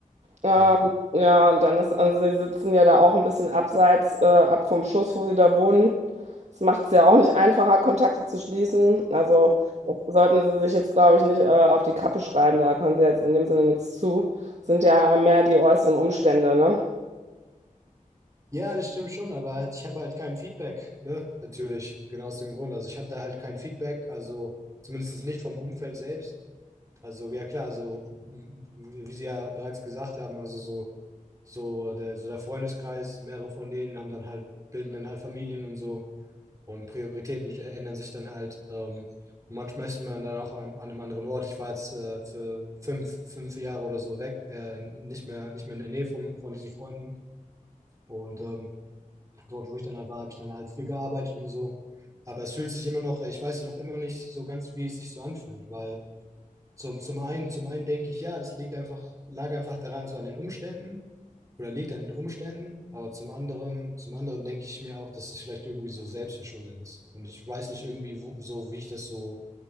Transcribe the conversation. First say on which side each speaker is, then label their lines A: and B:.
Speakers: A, on the right; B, on the right.
A: Ähm,
B: Ja.
A: ja, und dann ist, also sie sitzen ja da auch ein bisschen abseits, äh, ab vom Schuss, wo sie da wohnen. Das macht es ja auch nicht einfacher, Kontakte zu schließen. Also das sollten sie sich jetzt, glaube ich, nicht, äh, auf die Kappe schreiben. Da können sie jetzt in dem Sinne nichts zu. Sind ja mehr die äußeren Umstände, ne?
B: Ja, das stimmt schon, aber halt, ich habe halt kein Feedback, ne? Natürlich, genau aus dem Grund. Also ich habe da halt kein Feedback, also zumindest nicht vom Umfeld selbst. Also ja klar, also m- m- wie Sie ja bereits gesagt haben, also so, so der, so der Freundeskreis, mehrere von denen haben dann halt, bilden dann halt Familien und so. Und Prioritäten ändern sich dann halt. Ähm, manchmal ist man dann auch an, an einem anderen Ort. Ich war jetzt äh, für fünf, fünf Jahre oder so weg, äh, nicht mehr, nicht mehr in der Nähe von, von diesen Freunden. Und ähm, dort, wo ich dann halt war, habe ich dann halt viel gearbeitet und so. Aber es fühlt sich immer noch, ich weiß noch immer nicht so ganz, wie es sich so anfühlt, weil zum, zum einen, zum einen denke ich, ja, das liegt einfach, lag einfach daran, so an den Umständen oder liegt an den Umständen, aber zum anderen, zum anderen denke ich mir auch, dass es vielleicht irgendwie so selbstverschuldet ist. Und ich weiß nicht irgendwie wo, so, wie ich das so,